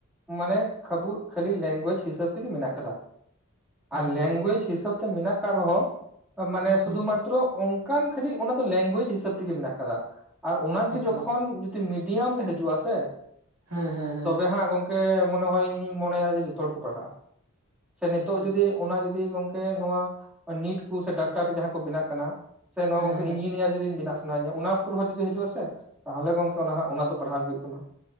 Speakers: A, in the centre; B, on the right.
A: ᱢᱟᱱᱮ ᱠᱷᱟᱵᱩ ᱠᱷᱟᱹᱞᱤ ᱞᱮᱝᱜᱩᱭᱮᱡᱽ ᱦᱤᱥᱟᱹᱵ ᱛᱮᱜᱮ ᱢᱮᱱᱟᱜ ᱟᱠᱟᱫᱟ᱾ ᱟᱨ
B: ᱟᱪᱪᱷᱟ
A: ᱞᱮᱝᱜᱩᱭᱮᱡᱽ
B: ᱟᱪᱪᱷᱟ
A: ᱦᱤᱥᱟᱹᱵ ᱛᱮ ᱢᱮᱱᱟᱜ ᱠᱟᱜ ᱨᱮᱦᱚᱸ ᱢᱟᱱᱮ
B: ᱦᱩᱸ
A: ᱥᱩᱫᱷᱩ ᱢᱟᱛᱨᱚ ᱩᱱ ᱠᱟᱱ ᱠᱷᱟᱹᱞᱤ ᱚᱱᱟ ᱫᱚ ᱞᱮᱝᱜᱩᱭᱮᱡ ᱦᱤᱥᱟᱹᱵ ᱛᱮᱜᱮ ᱢᱮᱱᱟᱜ ᱟᱠᱟᱫᱟ ᱟᱨ ᱚᱱᱟᱜᱮ
B: ᱮᱠᱫᱚᱢ
A: ᱡᱚᱠᱷᱚᱱ ᱢᱤᱰᱤᱭᱟᱢ ᱨᱮ ᱦᱤᱡᱩᱜ-ᱟ ᱥᱮ
B: ᱦᱮᱸᱻᱦᱮᱸᱻ
A: ᱛᱚᱵᱮ ᱦᱟᱸᱜ ᱜᱚᱢᱠᱮ ᱢᱚᱱᱮ ᱦᱚᱭ ᱤᱧ ᱤᱧ ᱢᱚᱱᱮᱭᱟ ᱡᱮ ᱡᱚᱛᱚ ᱦᱚᱲ ᱠᱚ ᱯᱟᱲᱦᱟᱜ-ᱟ ᱥᱮ ᱱᱤᱛᱚᱜ
B: ᱟᱪᱪᱷᱟ
A: ᱡᱩᱫᱤ
B: ᱟᱪᱪᱷᱟ
A: ᱚᱱᱟ ᱡᱩᱫᱤ ᱜᱚᱝᱠᱮ ᱱᱚᱣᱟ ᱱᱤᱴ ᱠᱚ ᱥᱮ ᱰᱟᱠᱴᱟᱨᱤ ᱡᱟᱦᱟᱸ ᱠᱚ ᱵᱮᱱᱟᱜ ᱠᱟᱱᱟ ᱥᱮ ᱱᱚᱣᱟ
B: ᱦᱮᱸ
A: ᱜᱚᱝᱠᱮ
B: ᱦᱮᱸ
A: ᱤᱧᱡᱤᱱᱤᱭᱟᱨ ᱡᱩᱫᱤ ᱵᱮᱱᱟᱜ ᱟᱥᱮ ᱥᱟᱱᱟᱭᱧᱟ ᱚᱱᱟ ᱠᱚᱨᱮᱦᱚᱸ ᱡᱩᱫᱤ ᱦᱤᱡᱩᱜ ᱟᱥᱮ ᱛᱟᱦᱚᱞᱮ ᱜᱚᱝᱠᱮ ᱚᱱᱟ ᱚᱱᱟ ᱫᱚ ᱯᱟᱲᱦᱟᱣ ᱜᱮ ᱦᱩᱭᱩᱜ ᱛᱟᱢᱟ ᱾